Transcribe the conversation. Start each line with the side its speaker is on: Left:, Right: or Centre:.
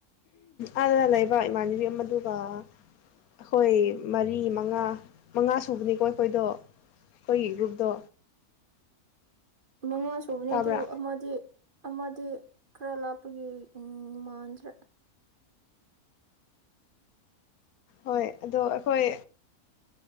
Left: ꯑꯥꯗ ꯂꯩꯕ ꯏꯃꯥꯟꯅꯕꯤ ꯑꯃꯗꯨꯒ ꯑꯈꯣꯏ ꯃꯔꯤ ꯃꯉꯥ ꯃꯉꯥ ꯁꯨꯕꯅꯤꯀꯣ ꯑꯩꯈꯣꯏꯗꯣ ꯈꯣꯏꯒꯤ ꯒ꯭ꯔꯨꯞꯇꯣ
Right: ꯃꯉꯥ ꯁꯨꯕꯅꯦ
Left: ꯇꯥꯕ꯭ꯔꯥ
Right: ꯑꯗꯨꯕꯨ ꯑꯃꯗꯤ ꯑꯃꯗꯤ ꯈꯔ꯭ ꯂꯥꯞꯄꯒꯤ ꯎꯝ ꯃꯥꯟꯗ꯭ꯔꯦ
Left: ꯍꯣꯏ ꯑꯗꯣ ꯑꯈꯣꯏ